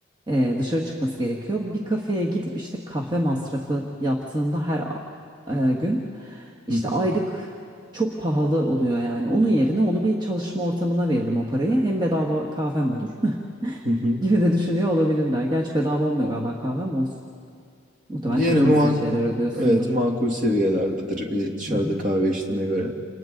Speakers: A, on the right (about 25°); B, on the right (about 45°).
A: Ee, dışarı çıkması gerekiyor. Bir kafeye gidip işte kahve masrafı yaptığında her a- e, gün işte
B: Hı hı,
A: aylık çok pahalı oluyor yani. Onun yerine onu bir çalışma ortamına veririm o parayı. Hem bedava kahvem olur
B: hı hı.
A: <laughs> gibi de düşünüyor olabilirler. Gerçi bedava olmuyor galiba kahvem olsun. Muhtemelen
B: yine
A: çok
B: makul,
A: cüzi şeyler ödüyorsundur.
B: evet makul seviyelerdedir bir dışarıda
A: Hı hı.
B: kahve içtiğine göre.